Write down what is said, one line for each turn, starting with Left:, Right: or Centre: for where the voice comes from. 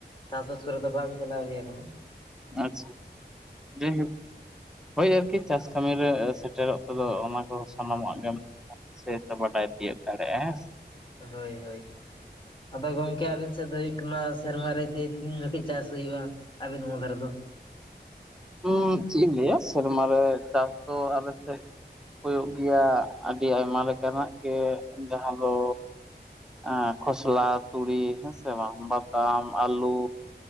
Left: ᱪᱟᱥᱵᱟᱥ ᱠᱚᱨᱮ ᱫᱚ ᱵᱟᱝ ᱵᱮᱱᱟᱣ ᱦᱩᱭ ᱟᱠᱟᱱᱟ᱾
Centre: ᱟᱪᱪᱷᱟ ᱟᱪᱪᱷᱟ, ᱡᱟᱭ ᱦᱳᱠ ᱦᱳᱭ ᱟᱨᱠᱤ ᱪᱟᱥ ᱠᱟᱹᱢᱤ ᱨᱮ ᱥᱮᱴᱮᱨᱚᱜ ᱛᱮᱫᱚ ᱚᱱᱟ ᱠᱚ ᱥᱟᱱᱟᱢᱟᱜ ᱧᱟᱢᱚᱜ-ᱟ, ᱥᱮ ᱯᱮ ᱵᱟᱰᱟᱭ ᱛᱤᱭᱟᱹᱜ ᱫᱟᱲᱮᱭᱟᱜ-ᱟ ᱦᱮᱸ ᱥᱮ᱾
Left: ᱦᱳᱭ ᱦᱳᱭ᱾ ᱟᱫᱚ ᱜᱚᱝᱠᱮ ᱟᱵᱤᱱ ᱥᱮᱫ ᱫᱚ ᱦᱩᱭᱩᱜ ᱠᱟᱱᱟ ᱥᱮᱨᱢᱟ ᱨᱮ ᱡᱮ ᱛᱤᱱ ᱡᱚᱠᱷᱚᱡ ᱪᱟᱥ ᱦᱩᱭᱩᱜ-ᱟ? ᱟᱹᱵᱤᱱ ᱚᱱᱟ ᱫᱷᱨᱮ ᱫᱚ?
Centre: ᱩᱸᱜ, ᱪᱮᱫ ᱤᱧ ᱞᱟᱹᱭᱟ ᱥᱮᱨᱢᱟ ᱨᱮ ᱪᱟᱥ ᱫᱚ ᱟᱞᱮ ᱥᱮᱫ ᱦᱩᱭᱩᱜ ᱜᱮᱭᱟ ᱟᱹᱰᱤ ᱟᱭᱢᱟ ᱞᱮᱠᱟᱱᱟᱜ ᱜᱮ, ᱡᱟᱦᱟᱸ ᱫᱚ ᱮᱸᱻ ᱠᱷᱚᱥᱞᱟ ᱛᱩᱲᱤ ᱦᱮᱸ ᱥᱮ ᱵᱟᱝ, ᱵᱟᱫᱟᱢ, ᱟᱞᱩ,